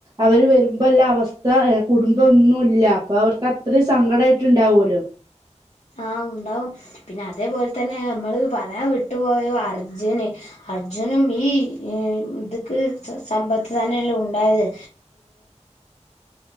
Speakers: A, on the right (about 30°); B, on the left (about 65°).
A: അവ വരുമ്പോ എല്ല അവസ്ഥ കുടുംബം ഒന്നുമ ഇല്ല അപ്പൊ അവർക്ക് അത്രയും സങ്കടമായിട്ട്ണ്ടാവല്ലോ
B: ആ ഉണ്ടാവും പിന്നെ അതേപോലെ തന്നെ നമ്മള് പറയാൻ വിട്ടുപോയ അർജുന് അർജുനും ഈ ഇതക്ക് സമ്പത്ത് തന്നെയല്ലേ ഉണ്ടായത്
A: <inaudible>